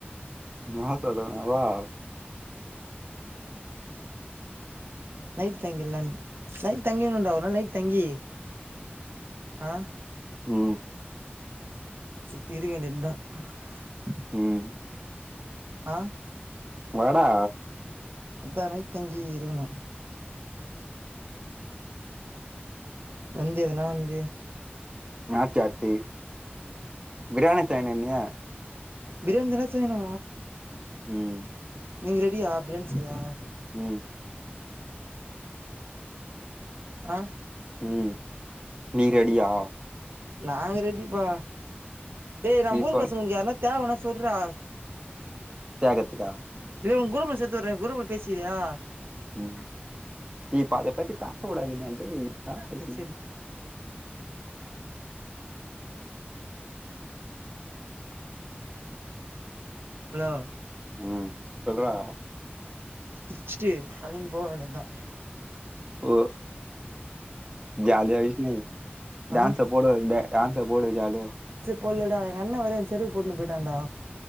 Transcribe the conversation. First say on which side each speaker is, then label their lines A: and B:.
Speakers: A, on the right; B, on the right.
A: நா சடனாவா
B: நைட் தங்கியர்லா நைட் தங்கிடனுன்டா ஒரு நாள் நைட் தங்கி ஆஹ்
A: உம்
B: <unintelligible>
A: உம்
B: ஆ
A: வாடா
B: அதா நைட் தங்கி இருக்கணு வந்து எதுனா வந்து
A: நாச்சாட்டி பிரியாணி சைனின்னிய
B: பிரியாணி தான செய்யணு
A: உம்
B: நீங்க ரெடியா பிரியாணி செய்யா
A: உம்
B: ஆ
A: உம் நீ ரெடியா
B: நாங்க ரெடிப்பா டேய் நம்மூரு
A: நீ சொல்
B: பசங்களுக்கு யாருனா தேவனா சொல்றா
A: தியாகத்துக்கா
B: இல்ல ஒங் குரூப் ல சேத்து விர்றேன் குரூப் ல பேசிக்கிரியா
A: <inaudible>
B: சரி சரி ஹலோ
A: ம் சொல்றா
B: வச்ட்டு கெளம்பி போக வேண்டியதா
A: உவ ஜாலியா <unintelligible> டான்ஸ
B: ஆ
A: போடுவ பே டான்ஸ போடு ஜாலியா
B: போல்லடா எங்க அண்ண வேற எ செருப்பு போட்டுன்னு போய்ட்டான்டா